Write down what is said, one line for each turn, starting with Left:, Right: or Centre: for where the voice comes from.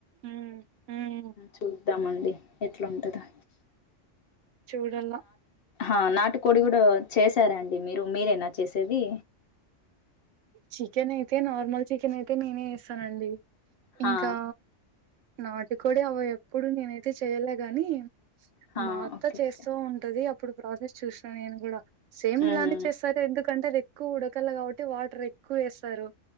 Right: ఉమ్ ఉమ్
Left: చూద్దామండి ఎట్లుంటదా
Right: చూడాల.
Left: ఆ నాటుకోడి గుడా చేసారా అండి మీరు మీరేనా చేసేది.
Right: చికెన్ అయితే నార్మల్ చికెన్ అయితే నేనే చేస్తానండి.
Left: హా
Right: ఇంకా నాటుకోడి అవ ఎప్పుడు నేనైతే చేయలే గని
Left: హా
Right: మా అత్త
Left: ఓకే
Right: చేస్తూ
Left: ఓకే
Right: ఉంటది అప్పుడు ప్రాసెస్ చూసినా నేన్ గుడా సేమ్ ఇలానే
Left: ఉమ్
Right: చేస్తారు ఎందుకంటే అది ఎక్కు ఉడకాల కాబట్టి వాటర్ ఎక్కు ఏస్తారు.